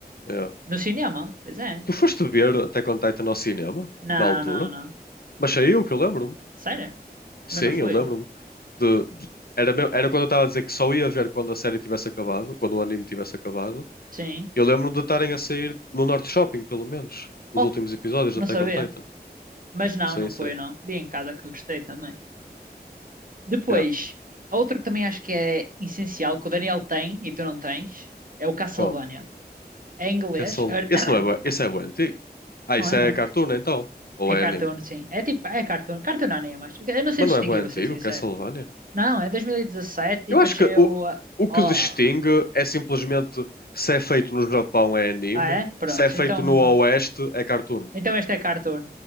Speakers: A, on the left; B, on the right.
A: É.
B: No cinema? Pois é.
A: Tu foste ver Attack on Titan ao cinema,
B: Não,
A: na altura?
B: não, não.
A: Mas saiu, que eu lembro-me.
B: Sério?
A: Sim,
B: Mas não foi?
A: eu lembro-me. De, de- era, meu, era quando eu estava a dizer que só ia ver quando a série tivesse acabado, quando o anime tivesse acabado.
B: Sim.
A: Eu lembro-me de estarem a sair no Norte Shopping, pelo menos, os
B: Oh,
A: últimos episódios
B: não
A: de Attack
B: sabia.
A: on Titan.
B: Mas não,
A: Sim,
B: não foi,
A: sim.
B: não. Vi em casa que gostei também. Depois,
A: É.
B: outro que também acho que é essencial, que o Daniel tem e tu não tens, é o Castlevania.
A: Qual?
B: É em inglês?
A: Castle...
B: é-
A: Esse
B: <coughs>
A: não é bué. Esse é bué antigo. Ah,
B: Não
A: isso
B: é,
A: é
B: não.
A: cartoon, então? Ou
B: É
A: é
B: cartoon,
A: anime?
B: sim. É tipo, é cartoon. Cartoon anime, mas eu não sei
A: Mas
B: distinguir,
A: não é bem antigo,
B: vou ser sincero.
A: Castlevania?
B: Não, é 2017
A: Eu
B: e dezassete e depois
A: acho
B: saiu...
A: que o,
B: a-
A: o
B: ó-
A: que distingue é simplesmente se é feito no Japão é anime,
B: Ah, é? Pronto.
A: se é feito
B: Então,
A: no Oeste é cartoon.
B: então este é cartoon.